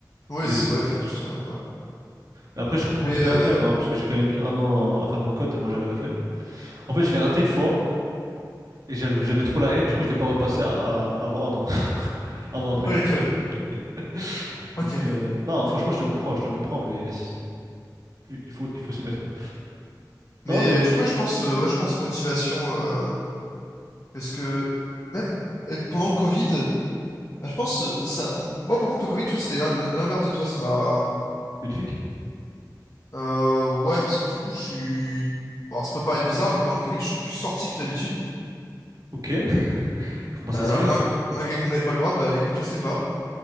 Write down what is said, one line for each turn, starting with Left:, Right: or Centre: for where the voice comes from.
Left: Ouais,
Right: réviser,
Left: c'est- ouais,
Right: en
Left: faut
Right: fait,
Left: juste,
Right: c'est tout.
Left: euh, ouais.
Right: Mais après, je comprends
Left: Mais,
Right: que t'aies
Left: euh,
Right: la flemme,
Left: ouais.
Right: hein, parce que j'ai quand même mis un an à, à faire mon code, tellement j'avais la flemme. En fait, je l'ai raté une fois, et j'avais j'avais trop la haine, du coup, je l'ai pas repassé à- à- avant un an, <laughs> un an après,
Left: Oh,
Right: du
Left: ok,
Right: coup.
Left: ouais.
Right: <laughs>
Left: Ok.
Right: Donc, euh, non, franchement, je te comprends, je te comprends, mais... Il il faut, il faut s'y mettre, quoi. Non,
Left: Mais
Right: mais euh,
Left: du coup, ouais, je pense, euh, ouais, je pense motivation, euh, parce que même euh, pendant le Covid, bah, je pense, euh, ça, moi, par contre, le Covid, tu vois, c'était l'in- l'inverse de toi, ça m'a,
Right: magnifique.
Left: euh, ouais, parce que du coup, je suis, bon, alors, ça peut paraître bizarre, mais pendant le Covid, je suis plus sorti que d'habitude.
Right: Ok. <laughs> Comment
Left: Alors,
Right: ça se fait?
Left: ma- malgré qu'on n'avait pas le droit, bah, écoute, je sais pas.